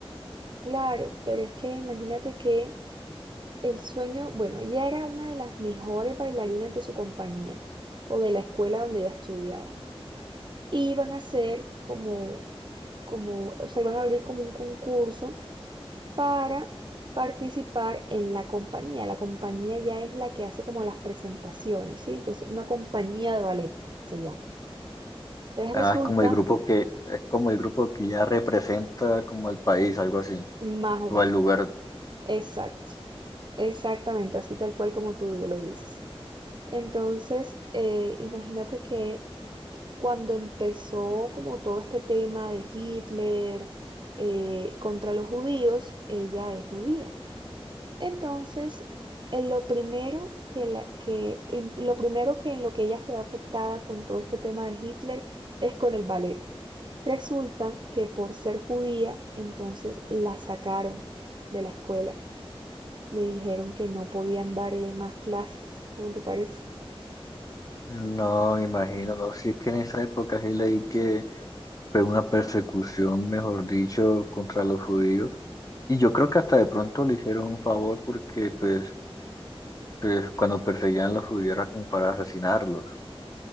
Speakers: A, on the right; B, on the left.
A: Claro, pero es que imagínate que El sueño, bueno, ella era una de las mejores bailarinas de su compañía o de la escuela donde ella estudiaba. Y iban a hacer como, como, o sea, iban a abrir como un concurso para participar en la compañía. La compañía ya es la que hace como las presentaciones, ¿sí? Entonces, una compañía de ballet se llama. Entonces
B: Ah,
A: resulta
B: es como el grupo que, es como el grupo que ya representa como al país, algo así,
A: más o
B: o
A: menos.
B: al lugar.
A: Exacto. Exactamente, así tal cual como tú lo dices. Entonces, eh, imagínate que cuando empezó como todo este tema de Hitler eh, contra los judíos, ella es judía. Entonces, en lo primero que, la- que- en lo primero que en lo que ella se ve afectada con todo este tema de Hitler es con el ballet. Resulta que por ser judía, entonces la sacaron de la escuela. Le dijeron que no podían darle más clases. ¿Cómo te parece?
B: No, me imagino, no, si es que en esa época sí leí que fue una persecución, mejor dicho, contra los judíos. Y yo creo que hasta de pronto le hicieron un favor porque pues, pues cuando perseguían a los judíos era como para asesinarlos.